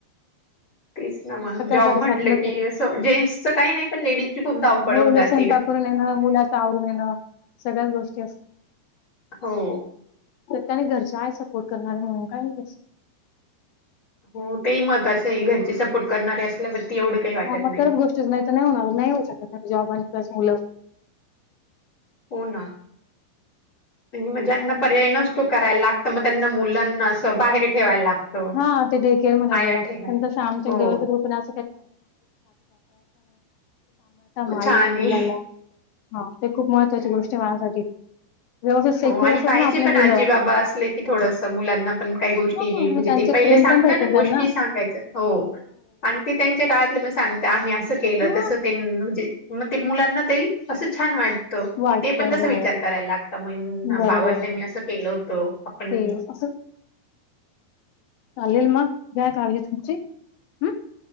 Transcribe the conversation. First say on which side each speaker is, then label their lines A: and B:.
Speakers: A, on the left; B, on the left.
A: तेच ना मग
B: सकाळी
A: जॉब म्हटलं की
B: येते.
A: असं जेंट्सचं काही नाही पण, लेडीज ची खूप धाव पळवून
B: हो,
A: जात
B: ल स्वयंपाक करून येणं, मुलाच आवरून येणं सगळ्याच गोष्टी असतात.
A: हो.
B: <unintelligible>
A: हो तेही महत्वाचं आहे घरची सपोर्ट करणारे असल्यावरती एवढं काही वाटत
B: ह मग
A: नाही
B: तरच गोष्टीच नाही तर नाही होणार नाही. होऊ शकत नाही जॉबांस मुलं
A: हो ना म ज्यांना पर्याय नस तो करायला लागत मग त्यांना मुलांनाच बाहेर ठेवाय लागतं लाग
B: हा ते डेकेर मध्ये वगैरे
A: आया
B: पण
A: हो
B: <unintelligible>
A: छान आहे
B: <unintelligible> हा ते खूप महत्त्वाची
A: हो
B: गोष्ट आहे माझ्यासाठी व्यवस्थित सेक्युअर
A: हो आणि
B: असतात
A: पाहिजे
B: ना आपले
A: पण
B: मुलं.
A: आजी बाबा असले की थोडस मुलांना पण काही गोष्टी
B: हां,
A: म्हणजे
B: मग त्यांचं
A: ते पहि
B: प्रेम
A: सांगता
B: पण भेटेल
A: ना गोष्टी
B: त्यांना.
A: सांगायच हो आणि ते त्यांच्या काळातलं मग सांगते आम्ही असं केलं
B: हा
A: तस तेंन म्हणजे मग ते मुलांना ते असं छान वाटत.
B: वाटत
A: म ते पण तसा
B: हो
A: विचार करायला लागत मग
B: बरोबर
A: बाबांनी
B: आहे
A: असं केलं होतं आपण
B: ते असं चालेल मग, घ्या काळजी तुमची. हम्म